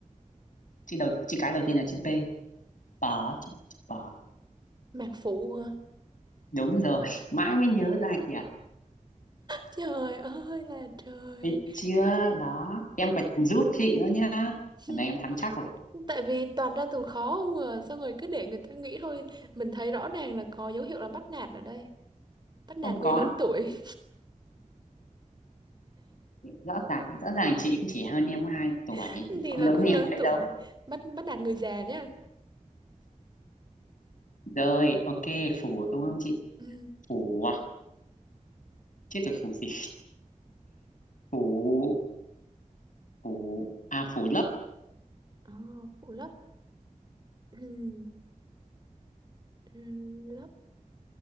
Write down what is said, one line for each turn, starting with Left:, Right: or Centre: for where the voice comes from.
Left: chị đầu chị cái đầu tiên là chữ p bở chị chữ bở
Right: mạc phụ hả
Left: đúng rồi <laughs> mãi mới nhớ ra kìa
Right: trời ơi là trời
Left: Thấy chưa? Đó, em còn giúp chị nữa nhá.
Right: <laughs> Hmm,
Left: Lần này em thắng chắc rồi.
Right: tại vì toàn ra từ khó không à xong rồi cứ để người ta nghĩ thôi mình thấy rõ ràng là có dấu hiệu là bắt nạt ở đây bắt nạt
Left: Không có,
Right: người lớn tuổi
Left: rõ ràng, rõ ràng chị cũng chỉ hơn em 2 tuổi,
Right: <laughs> thì
Left: có
Right: là
Left: lớn
Right: cũng
Left: hơn em
Right: lớn
Left: mấy
Right: tuổi
Left: đâu.
Right: bắt bắt nạt người già nhá
Left: Rồi, ok, phủ đúng không chị?
Right: ừ
Left: Phủ à? Chết rồi phủ gì? Phủ, phủ, à phủ lấp.
Right: Ờ, phụ lấp Ừm, ừm, lấp